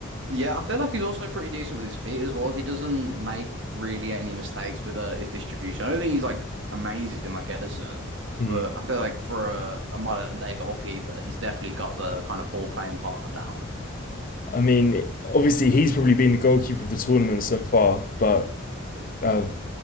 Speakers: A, on the right (about 60°); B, on the left (about 40°).
A: Yeah, I feel like he's also pretty decent with his feet as well. He doesn't make really any mistakes with uh, his distribution. I don't think he's like amazing like Edison,
B: Hmm.
A: but I feel like for a, a modern day goalkeeper, he's definitely got the kind of ball playing part down.
B: I mean, obviously he's probably been the goalkeeper of the tournament so far, but uh,